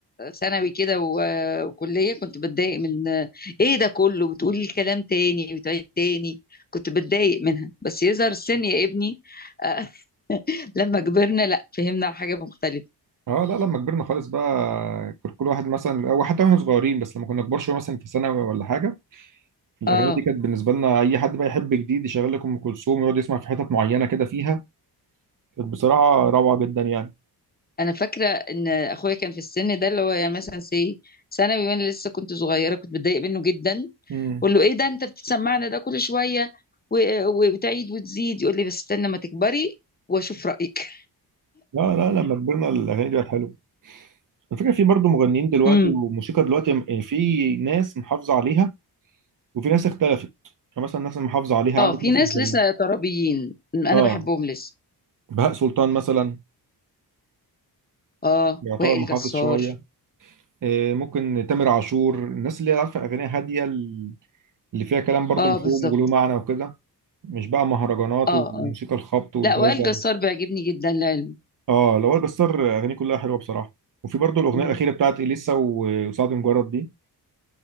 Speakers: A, on the left; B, on the right.
A: ثانوي كده و- وكلية كنت بتضايق من ايه ده كله بتقول الكلام تاني بتعيد تاني كنت بتضايق منها بس يظهر السن يا ابني آه، <laughs> لما كبرنا لا فهمنا حاجة مختلفة
B: اه لا لما كبرنا خالص بقى كل كل واحد مثلا أو حتى واحنا صغيرين بس لما كنا كبار شوية مثلا في ثانوي ولا حاجة الاغاني
A: اه
B: دي كانت بالنسبه لنا اي حد بقى يحب جديد يشغل لك ام كلثوم ويقعد يسمع في حتت معينه كده فيها كانت بصراحه روعه جدا يعني
A: انا فاكرة ان اخويا كان في السن ده اللي هو يعني مثلا سي ثانوي وانا لسه كنت صغيرة كنت بتضايق منه جدا
B: امم
A: اقول له ايه ده انت بتسمعنا ده كل شويه و- وبتعيد وتزيد يقول لي بس استنى ما تكبري واشوف رايك
B: لا لا لما كبرنا الاغاني دي بقت حلوه الفكره في برضه مغنيين دلوقتي
A: امم
B: وموسيقى دلوقتي م- يعني في ناس محافظه عليها وفي ناس اختلفت فمثلا الناس المحافظه عليها
A: اه
B: عندك
A: في
B: مثلا
A: ناس
B: زي
A: لسه ترابيين انا
B: اه
A: بحبهم لسه
B: بهاء سلطان مثلا
A: اه
B: يعتبر
A: وائل
B: محافظ
A: جسار
B: شويه آه، ممكن تامر عاشور الناس اللي هي عارفه اغاني هاديه اللي فيها كلام برضه
A: اه
B: مفهوم
A: بالظبط
B: وله معنى وكده مش بقى مهرجانات
A: اه
B: والموسيقى
A: اه
B: الخبط والرزع
A: لا وائل جسار بيعجبني جدا لعلم
B: اه لوائل جسار اغانيه كلها حلوه بصراحه وفي برضه الاغنيه
A: مم.
B: الاخيره بتاعت اليسا و- وسعد مجرد دي